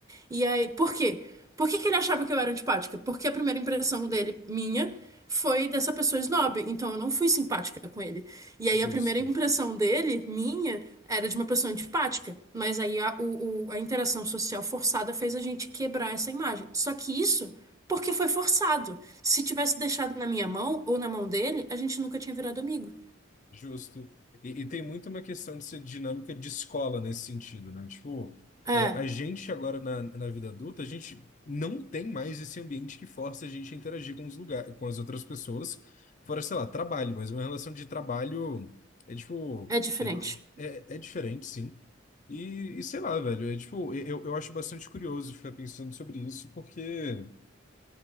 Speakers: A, on the right (about 15°); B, on the left (about 40°).
A: E aí, por quê? Por que que ele achava que eu era antipática? Porque a primeira impressão dele, minha, foi dessa pessoa snob. Então eu não fui simpática com ele. E aí
B: Justo.
A: a primeira impressão dele, minha, era de uma pessoa antipática. Mas aí a, o- o- a interação social forçada fez a gente quebrar essa imagem. Só que isso porque foi forçado. Se tivesse deixado na minha mão ou na mão dele, a gente nunca tinha virado amigo.
B: Justo. E, e tem muito uma questão de ser dinâmica de escola nesse sentido, né? Tipo,
A: É,
B: é, a gente agora na, na vida adulta, a gente não tem mais esse ambiente que força a gente a interagir com os lugares, com as outras pessoas, fora, sei lá, trabalho, mas uma relação de trabalho é tipo,
A: é diferente.
B: é, é, é diferente, sim. E, e sei lá, velho, é tipo, eu, eu acho bastante curioso ficar pensando sobre isso, porque